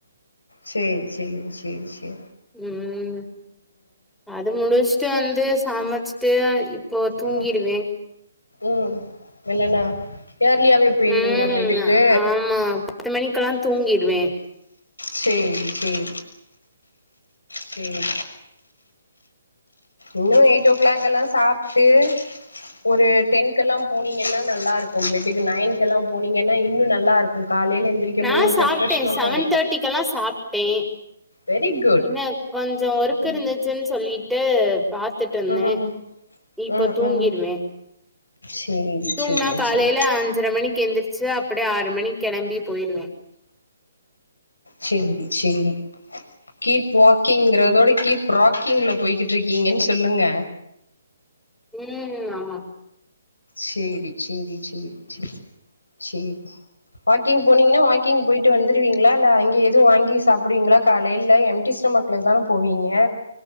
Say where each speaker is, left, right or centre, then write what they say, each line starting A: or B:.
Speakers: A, on the left; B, in the centre.
A: செரி செரி செரி செரி
B: ம் அது முடிச்சுட்டு வந்து சமச்சுட்டு இப்போ தூங்கிடுவே
A: ம் ம் இல்லன்னா ஏர்லியாவே போயிருவீங்களா
B: ம்ம்
A: பெட்டுக்கு
B: ஆமா பத்து மணிக்கெல்லா தூங்கிடுவே
A: செரி செரி செரி இன்னோ எயிட் ஓ கிளாக்கெல்லா சாப்ட்டு ஒரு டென்கெல்லா போனீங்கென்னா நல்லா இருக்கோ பெட்டுக்கு நயன்கெல்லா போனீங்கென்னா இன்னோ நல்லா இருக்கு காலையில எந்திரிக்கும்
B: நா
A: போது ஒரு
B: சாப்ட்டே
A: ரெஃப்ரெஷ்மெண்ட்டா
B: செவன்
A: இருக்கு
B: தேர்ட்டிக்கெல்லா சாப்ட்டே
A: வெரி குட்
B: என்ன கொஞ்சோ ஒர்க்
A: ம்
B: இருந்துச்சுன்னு சொல்லிட்டு பாத்துட்ருந்தே
A: ம்
B: இப்ப
A: ம்
B: தூங்கிருவே
A: ம் சேரி
B: தூங்னா
A: சேரி
B: காலைல
A: சேரி
B: அஞ்சர மணிக்கு எந்திருச் ச்சு அப்டியே ஆறு மணிக்கு கெளம்பி போயிருவே
A: செரி செரி கீப் வாக்கிங்கறதோட
B: ம்
A: கீப் ராக்கிங்ல போய்கிட்டு இருக்கீங்கன் சொல்லுங்க
B: ம் ஆமா
A: செரி செரி செரி செரி செரி வாக்கிங் போனீங்கனா வாக்கிங் போயிட்டு வந்துருவீங்களா இல்ல அங்க எதுவு வாங்கி சாப்பிடுவீங்களா காலைல எம்டி ஸ்ட மக்ல தானே போவீங்க